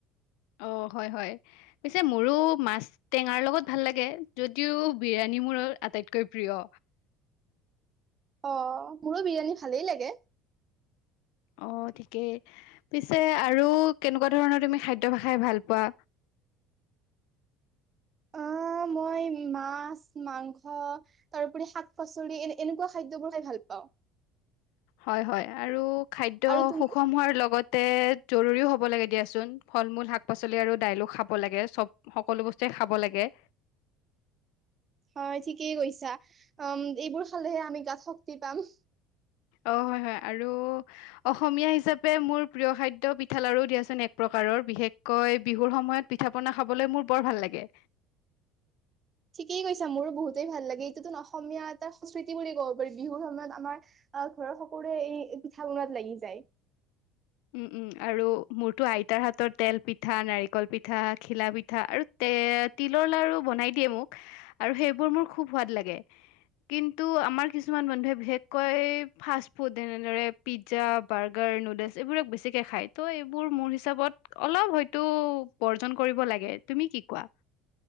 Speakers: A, on the left; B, on the right.
A: অ হয় হয় পিছে মোৰো মাছ টেঙাৰ লগত ভাল লাগে যদিও বিৰিয়ানী মোৰ আটাইতকৈ প্ৰিয়।
B: অ মোৰো বিৰিয়ানী ভালেই লাগে।
A: অ ঠিকেই পিছে আৰু কেনেকুৱা ধৰণৰ তুমি খাদ্য খাই ভাল পোৱা?
B: অ মই মাছ মাংস তাৰপৰি শাক পাচলি এ এনেকুৱা খাদ্যবোৰ খাই ভাল পাওঁ।
A: হয় হয় আৰু খাদ্য
B: আৰু তুমি
A: সুষম হোৱাৰ লগত তে জৰুৰীও হব লাগে দিয়াচোন, ফল মূল শাক পাচলি আৰু দাইলো খাব লাগে চব সকলো বস্তুৱে খাব লাগে।
B: হয় ঠিকেই কৈছা উম এইবোৰ খালেহে আমি গাত শক্তি পাম।
A: অ হয় হয় আৰু অসমীয়া হিচাপে মোৰ প্ৰিয় খাদ্য পিঠা লাৰু দিয়াচোন এক প্ৰকাৰৰ বিশেষকৈ বিহুৰ সময়ত পিঠা পনা খাবলৈ মোৰ বৰ ভাল লাগে।
B: ঠিকেই কৈছা মোৰো বহুতেই ভাল লাগে এইটোতো অসমীয়া এটা সংস্কৃতি বুলি কব পাৰি বিহুৰ সময়ত আমাৰ আহ ঘৰৰ সকলোৰে এই পিঠা বনোৱাত লাগি যায়।
A: উম উম আৰু মোৰতো আইতাৰ হাতত তেল পিঠা, নাৰিকল পিঠা, ঘিলা পিঠা, আৰু তে তিলৰ লাৰু বনাই দিয়ে মোক, আৰু সেইবোৰ মোৰ খুব সোৱাদ লাগে কিন্তু আমাৰ কিছুমান মানুহে বিশেষকৈ ফাষ্ট ফুড যেনেদৰে পিজ্জা বাৰ্গাৰ নুডেলছ। এইবোৰক বেছিকে খাই ত' এইবোৰ মোৰ হিচাপত অলপ হয়তো বৰ্জন কৰিব লাগে তুমি কি কোৱা?